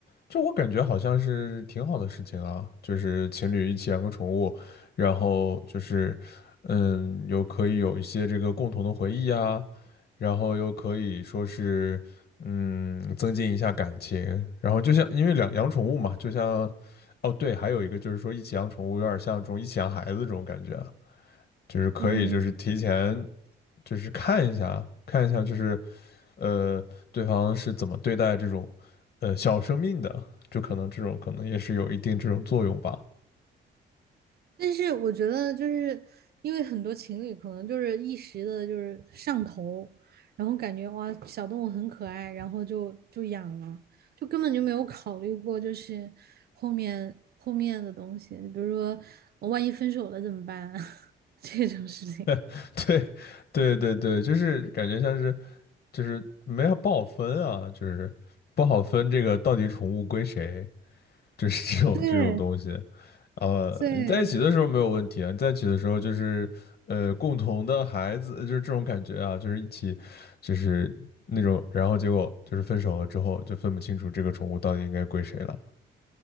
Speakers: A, on the left (about 50°); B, on the right (about 55°).
A: 就我感觉好像是挺好的事情啊，就是情侣一起养个宠物，然后就是，嗯，又可以有一些这个共同的回忆呀，然后又可以说是，嗯，增进一下感情，然后就像因为两养宠物嘛，就像，哦对，还有一个就是说一起养宠物有点像这种一起养孩子这种感觉啊，就是可以就是提前
B: 嗯，
A: 就是看一下看一下就是。呃，对方是怎么对待这种呃小生命的，就可能这种可能也是有一定这种作用吧。
B: 但是我觉得，就是因为很多情侣可能就是一时的，就是上头，然后感觉哇，小动物很可爱，然后就就养了，就根本就没有考虑过，就是后面后面的东西，比如说万一分手了怎么办啊 <laughs> 这种事情。
A: <laughs> 对，对对对，就是感觉像是就是没有不好分啊，就是不好分这个到底宠物归谁，就是 <laughs> 这种这种东西。
B: 对
A: 呃，
B: 对，
A: 你在一起的时候没有问题啊，你在一起的时候就是呃共同的孩子，就是这种感觉啊，就是一起就是那种，然后结果就是分手了之后就分不清楚这个宠物到底应该归谁了。